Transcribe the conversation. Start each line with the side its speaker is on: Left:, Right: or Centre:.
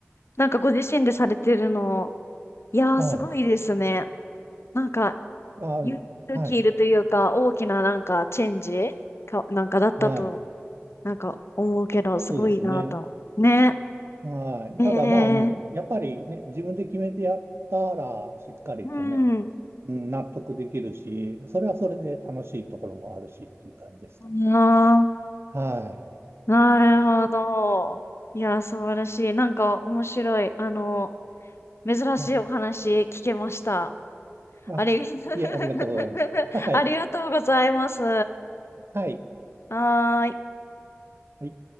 Left: なんかご自身でされてるの、いやーすごいですね。
Right: はい。
Left: なんか
Right: あ、
Left: 勇気いるというか、
Right: はい。
Left: 大きななんかチェンジか、なんかだったと、
Right: はい。
Left: なんか思うけど、すごいなと。
Right: そうですね。
Left: ね。
Right: はい。
Left: ええ
Right: ただまあ、うん、やっぱりね、自分で決めてやったら、しっかりとね、
Left: うん。
Right: うん、納得できるし、それはそれで楽しいところもあるしっていう感じですかね。
Left: なあ、
Right: はい。
Left: なるほど。いやー素晴らしい。なんか面白い。あの、珍しいお話聞けました。
Right: はい。あ、
Left: ありが、<laughs>
Right: いえ、ありがとうございます。はい。
Left: ありがとうございます。
Right: はい。
Left: はーい。
Right: はい